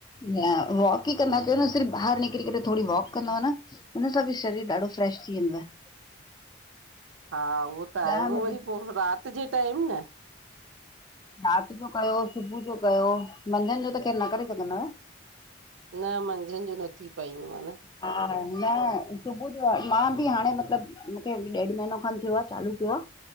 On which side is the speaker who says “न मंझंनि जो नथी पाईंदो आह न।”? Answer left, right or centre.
Right